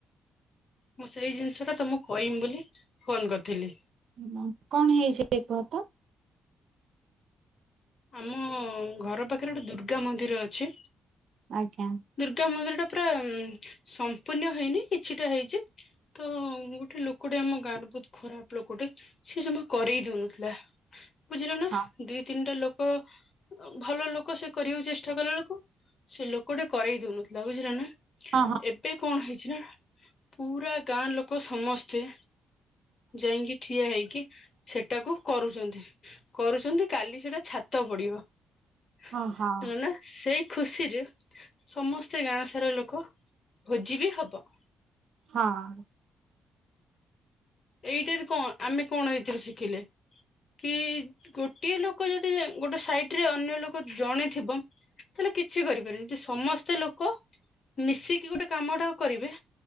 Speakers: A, on the left; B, on the right.
A: ମୁଁ ସେଇ ଜିନିଷ ଟା ତମକୁ କଇଁମି ବୋଲି ଫୋନ କରିଥିଲି।
B: ହଁ କଣ ହେଇଚି କୁହ ତ?
A: ଆମ ଘର ପାଖରେ ଗୋଟେ ଦୁର୍ଗା ମନ୍ଦିର ଅଛି।
B: ଆଜ୍ଞା।
A: ଦୁର୍ଗା ମନ୍ଦିର ଟା ପୁରା ସମ୍ପୂର୍ଣ୍ଣ ହେଇନି କିଛିଟା ହେଇଚି। ତ ଗୋଟେ ଲୋକଟେ ଆମ ଗାଁରୁ ବହୁତ ଖରାପ ଲୋକଟେ ସେ ଜମା କରେଇ ଦଉନଥିଲା ବୁଝିଲୁ ନା
B: ହଁ
A: ଦି ତିନିଟା ଲୋକ ଲୋକ ଭଲ ଲୋକ ସେ କରିବାକୁ ଚେଷ୍ଟା କଲା ବେଳକୁ ସେ ଲୋକଟା କରେଇ ଦଉନଥିଲା ବୁଝିଲ ନା ଏ
B: ହଁ ହଁ।
A: ଏବେ କଣ ହେଇଚି ନା ପୁରା ଗାଁ ଲୋକ ସମସ୍ତେ ଯାଇକି ଠିଆ ହେଇକି ସେଟାକୁ କରୁଛନ୍ତି। କରୁଛନ୍ତି କାଲି ସେଇଟା ଛାତ ପଡିବ। ହେଲା
B: ଓ ହଁ
A: ନା ସେଇ ଖୁସିରେ ସମସ୍ତେ ଗାଁ ସାରା ଲୋକ ଭୋଜି ବି ହବ।
B: ହଁ।
A: ଏଇଟାରେ କଣ ଆମେ କଣ ଏଇଥିରେ ଶିଖିଲେ? କି ଗୋଟିଏ ଲୋକ ଯଦି ଗୋଟେ ସାଇଟରେ ଅନ୍ୟ ଲୋକ ଜଣେଥିବ ତାଲେ କିଛି କରିପାରିବେନି ଯଦି ସମସ୍ତେ ଲୋକ ମିଶିକି ଗୋଟେ କାମ ଟା କରିବେ